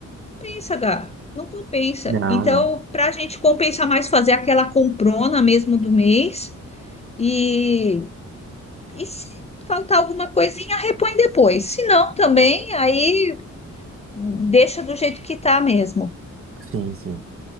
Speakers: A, on the left (about 20°); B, on the right (about 45°).
A: compensa, Gá. Não compensa.
B: Não,
A: Então,
B: não.
A: para a gente compensar mais fazer aquela comprona mesmo do mês e, e se faltar alguma coisinha, repõe depois. Se não, também, aí deixa do jeito que tá mesmo.
B: Sim, sim.